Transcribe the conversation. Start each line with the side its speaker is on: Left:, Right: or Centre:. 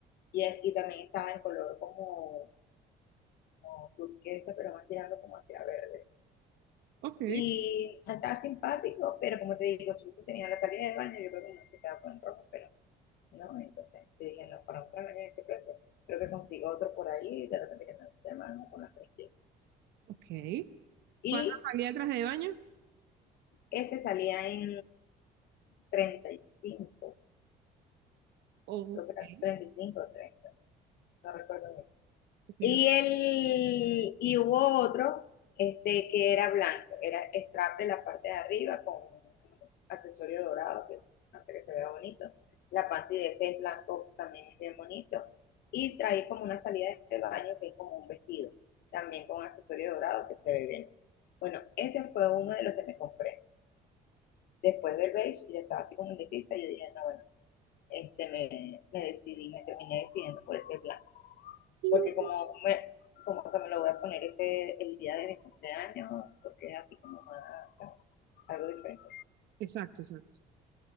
Left: Y, es- y también estaba en color como, como turquesa, pero más tirando como hacia verde.
Right: Ok,
Left: Y estaba simpático, pero como te digo, su hizo tenía la salida del baño, yo creo que no se quedaba con el rojo, pero no, entonces te dije, no, para otro baño en este precio, creo que consigo otro por ahí y de repente que me guste más, ¿no? Con las 315.
Right: ok.
Left: Y
Right: ¿Cuántas salidas traje de baño?
Left: ese salía en treinta y cinco
Right: Ok,
Left: creo que era
Right: ok,
Left: treinta y cinco o treinta no recuerdo bien.
Right: ok.
Left: Y, el, y hubo otro este, que era blanco, era straple la parte de arriba con un accesorio dorado que hace que se vea bonito. La parte de ese es blanco también es bien bonito. Y trae como una salida de baño que es como un vestido, también con accesorio dorado que se ve bien. Bueno, ese fue uno de los que me compré. Después del beige, yo estaba así como indecisa, y yo dije, no, bueno, este, me, me decidí, me terminé decidiendo por ese blanco
Right: No.
Left: porque como, como que me lo voy a poner ese el día de mi cumpleaños, porque es así como más, ¿sabes? algo diferente.
Right: Exacto, exacto.